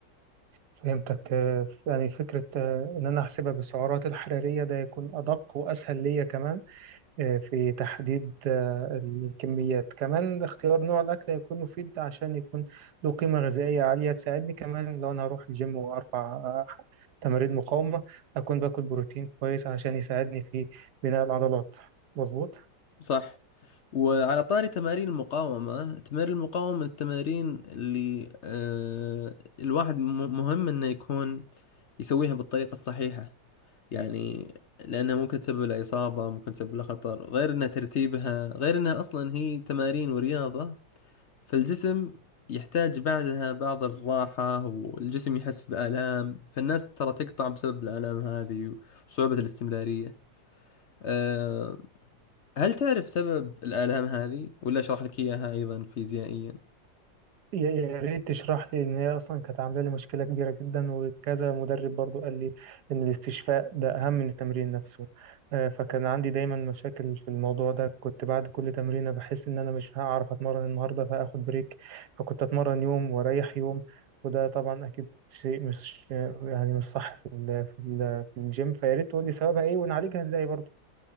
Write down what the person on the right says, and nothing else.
فهمتك آه، يعني فكرة آه، إن أنا أحسبها بالسعرات الحرارية ده يكون أدق وأسهل ليا كمان آه، في تحديد آه، الكميات كمان اختيار نوع الأكل هيكون مفيد عشان يكون له قيمة غذائية عالية تساعدني كمان لو أنا هروح الجيم وأرفع آه، تمارين مقاومة أكون باكل بروتين كويس عشان يساعدني في بناء العضلات مظبوط
يا يا ريت تشرح لي ان هي اصلا كانت عامله لي مشكله كبيره جدا وكذا مدرب برضو قال لي ان الاستشفاء ده اهم من التمرين نفسه آه، فكان عندي دايما مشاكل في الموضوع ده كنت بعد كل تمرينه بحس ان انا مش هعرف اتمرن النهارده فاخد بريك فكنت اتمرن يوم واريح يوم وده طبعا اكيد شيء مش يعني مش صح في ال في ال في الجيم فيا ريت تقول لي سببها ايه ونعالجها ازاي برضو